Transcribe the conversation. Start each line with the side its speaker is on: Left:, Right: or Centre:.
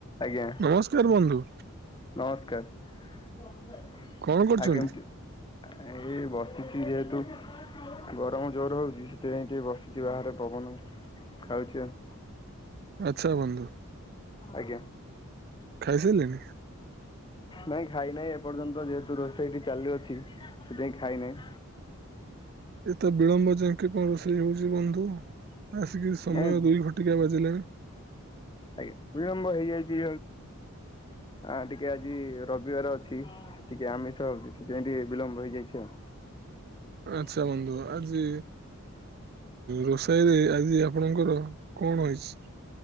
Left: ଆଜ୍ଞା
Right: ନମସ୍କାର ବନ୍ଧୁ।
Left: ନମସ୍କାର <unintelligible>
Right: କଣ କରୁଛନ୍ତି?
Left: ଆ ଏଇ ବସିଛି ଯେହେତୁ ଗରମ ଜୋର ହଉଛି ସେଥିପାଇଁ ଟିକେ ବସିଛି ବାହାରେ। ପବନ ଖାଉଛି ଆଉ
Right: ଆଚ୍ଛା ବନ୍ଧୁ।
Left: ଆଜ୍ଞା
Right: ଖାଇ ସାରିଲେଣି?
Left: ନାଇଁ ଖାଇ ନାହିଁ ଏପର୍ଯ୍ୟନ୍ତ ଯେହେତୁ ରୋଷେଇଠି ଚାଲୁଅଛି ସେଥିପାଇଁ ଖାଇ ନାହିଁ।
Right: ଏତେ ବିଳମ୍ବ ଯାକେ କଣ ରୋଷେଇ ହଉଛି ବନ୍ଧୁ? ଆସିକି ସମୟ
Left: ନାଇଁ
Right: ଦୁଇ ଘଟିକା ବାଜିଲାଣି?
Left: ଆଜ୍ଞା ବିଳମ୍ବ ହେଇଯାଇଛି ଆ ଟିକେ ଆଜି ରବିବାର ଅଛି। ଟିକେ ଆମିଷ ହଉଛି ସେଥିପାଇଁ ଟିକେ ବିଳମ୍ବ ହେଇଯାଇଛି ଆଉ।
Right: ଆଚ୍ଛା ବନ୍ଧୁ ଆଜି ରୋଷେଇରେ ଆଜି ଆପଣଙ୍କର କଣ ହେଇଚି